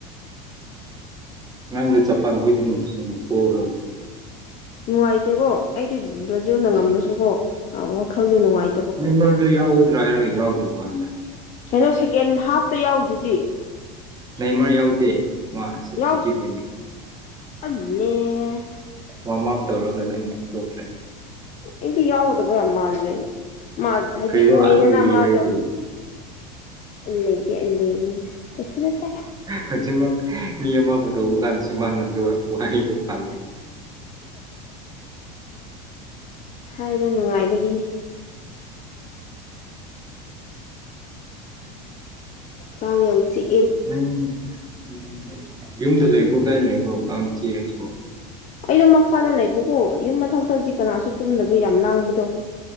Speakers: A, on the right; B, on the left.
A: ꯉꯔꯥꯡꯗꯤ ꯖꯄꯥꯟ ꯍꯣꯏꯗꯤ ꯅꯨꯡ ꯅꯨꯡ ꯄꯣꯈ꯭ꯔꯕꯣ
B: ꯅꯨꯡꯉꯥꯏꯇꯦꯀꯣ ꯑꯩꯗꯤ ꯕ꯭ꯔꯥꯖꯤꯜꯅ
A: ꯍꯣꯏ
B: ꯉꯝꯃꯁꯨꯀꯣ ꯋꯥꯈꯜꯗꯣ ꯅꯨꯡꯉꯥꯏ
A: ꯅꯦꯃꯔꯗꯨ ꯌꯥꯎꯒꯗ꯭ꯔꯥ ꯍꯥꯏꯔꯒ ꯌꯥꯎꯗꯕ ꯋꯥꯅꯤꯗ
B: ꯀꯩꯅꯣ ꯁꯦꯀꯦꯟ ꯍꯥꯐꯇ ꯌꯥꯎꯋꯤꯗꯨꯗꯤ
A: ꯅꯦꯃꯔ ꯌꯥꯎꯗꯦ ꯃꯥ ꯁꯞꯁꯇꯤꯇꯨꯠꯅꯦ
B: ꯌꯥꯎ ꯑꯜꯂꯦ
A: ꯋꯥꯔꯝ ꯑꯞ ꯇꯧꯔꯒ ꯑꯗꯨꯝ ꯇꯣꯛꯈ꯭ꯔꯦ
B: ꯑꯩꯗꯤ ꯌꯥꯎꯒꯗꯕ ꯌꯥꯝ ꯃꯥꯜꯂꯨꯔꯦꯅꯦ ꯃꯥ ꯍꯥꯏꯗꯤ
A: ꯀꯔꯤꯔꯣ
B: ꯎꯑꯦꯗꯅ
A: ꯑꯜꯂꯤ
B: ꯃꯥꯗꯣ
A: ꯍꯥꯏꯗꯤ
B: ꯑꯩ ꯂꯩꯗꯦ ꯂꯩꯅꯤ ꯀꯩꯁꯨ ꯅꯠꯇꯦ
A: ꯍꯧꯖꯤꯛꯃꯛ ꯃꯤ ꯑꯃꯕꯨ ꯇꯧꯕ ꯀꯥꯟꯗꯁꯨ ꯃꯥꯅ ꯑꯗꯨ ꯋꯥꯍꯩꯗꯣ ꯄꯜꯂꯤꯅꯦ
B: ꯍꯥꯏꯕ ꯅꯨꯡꯉꯥꯏꯕꯒꯤꯅꯤ ꯀꯥꯡ ꯌꯥꯝ ꯆꯤꯛ
A: ꯎꯝ ꯎꯝ ꯌꯨꯝꯗ ꯂꯩꯕ꯭ꯔꯣ ꯀꯗꯥꯥꯏꯗ ꯂꯩꯕꯔꯣ ꯀꯥꯡ ꯆꯤꯛꯑꯦ ꯑꯩꯁꯨ
B: ꯑꯩꯗꯣ ꯃꯈꯥꯗ ꯂꯩꯕꯀꯣ ꯌꯨꯝ ꯃꯊꯛꯇ ꯍꯧꯖꯤꯛ ꯀꯅꯥꯁꯨ ꯇꯨꯝꯗꯕꯩ ꯌꯥꯝ ꯂꯥꯡꯕꯗꯣ